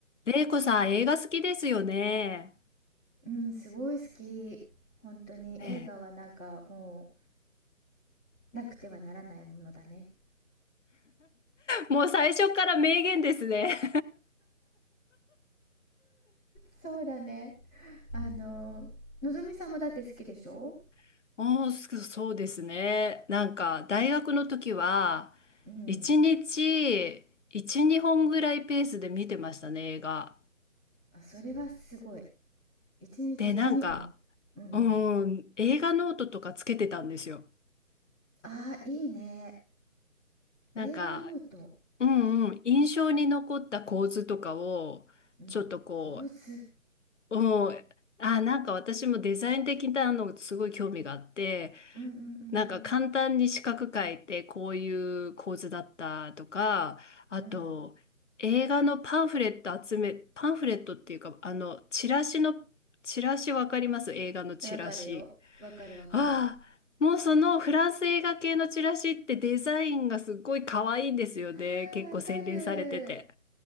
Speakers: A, on the left; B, in the centre.
A: 玲子さん、映画好きですよね。
B: うん、すごい好き。本当に映画はなんかも
A: ね
B: うなくてはならないものだね。
A: え。もう最初から名言ですね。
B: そうだね。あの、のぞみさんもだって好きでしょ
A: <laughs> おー、そそうですね。なんか、大学の時は、
B: うん。
A: 一日、一、二本ぐらいペースで見てましたね、映画。
B: あ、それはすごい。一日一、
A: で、なんか、
B: 二本。うんうん。
A: うん、映画ノートとかつけてたんですよ。
B: ああ、いいね。
A: なんか、
B: 映画ノート。
A: うんうん、印象に残った構図とかを、
B: うん。
A: ちょっとこ
B: 構図。
A: う、うん、あ、なんか私もデザイン的なのすごい興味があって、
B: うんうんうん
A: なんか簡単に四角書いてこういう構図だったとか、あと映画のパンフレット集め、
B: うん。
A: パンフレットっていうか、あの、チラシの、チラシわかります映画のチラシ。
B: うん。わかるよ。わかるわかる。
A: ああ、もうそのフランス映画系のチラシってデザインがすっごい可愛いんですよね。
B: ああ、
A: 結構洗練されてて。
B: わかる。